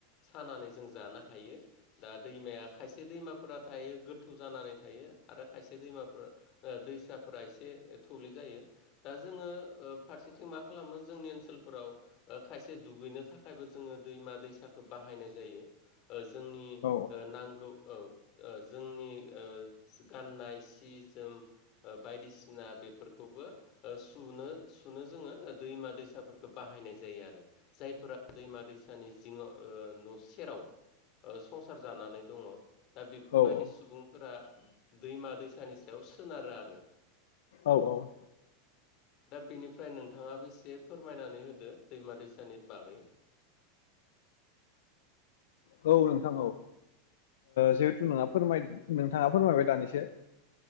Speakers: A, on the left (about 50°); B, on the left (about 75°).
A: सानानै जों जानो हायो‌। दा दैमाया खायसे दैमाफोरा थायो गोथौ जानानै थायो आरो खायसे दैमाफोरा ओ दैसाफोरा एसे थौले जायो। दा जोङो ओ फारसेथिं मा खालामो जोंनि ओनसोलफोराव खायसे दुगैनो थाख खायबो जोङो दैमा दैसाखो बाहायनाय जायो ओ जोंनि
B: औ
A: ओ नांगौ औ ओ जोंनि ओ गाननाय सि जोम ओ बायदिसिना बेफोरखौबो ओ सुनो सुनो जोङो दैमा दैसाफोरखौ बाहायनाय जायो आरो जायफोरा दैमा दैसानि जिङ ओ न' सेराव ओ संसार जानानै दङ दा बेफोरबायदि
B: औ
A: सुबुंफोरा दैमा दैसानि सायाव सोनारो आरो‌।
B: औ औ।
A: दा बेनिफ्राय नोंथाङाबो एसे फोरमायनानै होदो दैमा दैसानि बागै?
B: औ नोंथां औ ओ जिहेथु नोंहा फोरमाय नोंथांङा फोरमायबाय दानिसो